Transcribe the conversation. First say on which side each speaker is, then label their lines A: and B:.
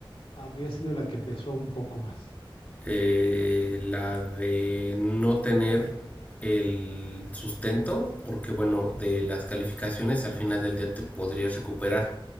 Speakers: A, on the left (about 80°); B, on the left (about 15°).
A: habría sido la que pesó un poco más?
B: eh, la de no tener el sustento, porque bueno, de
A: Ujú,
B: las calificaciones al final del día te podrías recuperar,